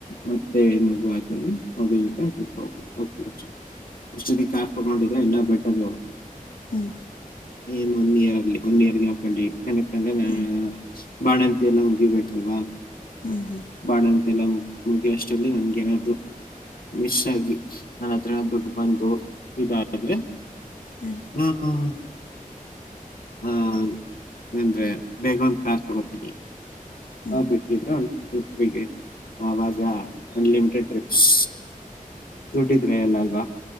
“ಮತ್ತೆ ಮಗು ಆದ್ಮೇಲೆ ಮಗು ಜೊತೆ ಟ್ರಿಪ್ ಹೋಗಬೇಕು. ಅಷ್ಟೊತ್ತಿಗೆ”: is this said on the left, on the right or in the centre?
Left